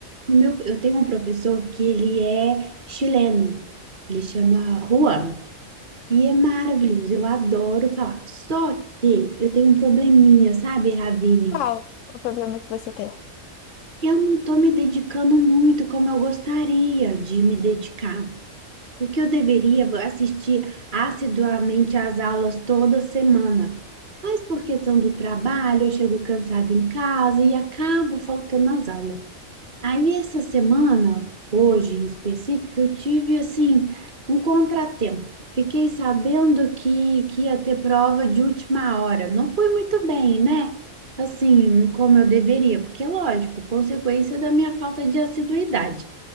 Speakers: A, on the right; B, on the left.
A: o meu, eu tenho um professor que ele é chileno, ele chama Juan. E é maravilhoso, eu adoro falar. Só que eu tenho um probleminha, sabe, Ravine?
B: Qual o problema que você tem?
A: Eu não estou me dedicando muito como eu gostaria de me dedicar porque eu deveria assistir assiduamente às aulas toda semana. Mas por questão do trabalho, eu chego cansada em casa e acabo faltando às aulas. Aí essa semana, hoje em específico, eu tive assim um contratempo. Fiquei sabendo que, que ia ter prova de última hora. Não foi muito bem, né? Assim, como eu deveria, porque lógico, consequência da minha falta de assiduidade.